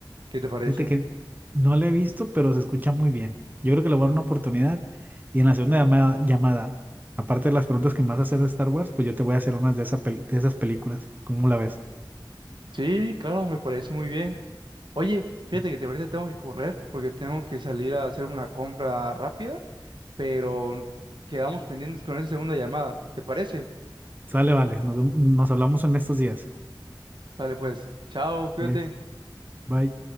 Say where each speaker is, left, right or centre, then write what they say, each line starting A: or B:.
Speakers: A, on the right; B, on the right.
A: ¿Qué te parece?
B: Fíjate que no lo he visto, pero se escucha muy bien. Yo creo que le voy a dar una oportunidad. Y en la segunda llama- llamada, aparte de las preguntas que me vas a hacer de Star Wars, pues yo te voy a hacer unas de, esa pel- de esas películas. ¿Cómo la ves?
A: Sí, claro, me parece muy bien. Oye, fíjate
B: ¿No?
A: que te- ahorita tengo que correr porque tengo que salir a hacer una compra rápida, pero quedamos pendientes con esa segunda llamada. ¿Te parece?
B: Sale, vale. Nos, vemos- nos hablamos en estos días.
A: Sale pues. Chao, cuídate.
B: Vale, bye.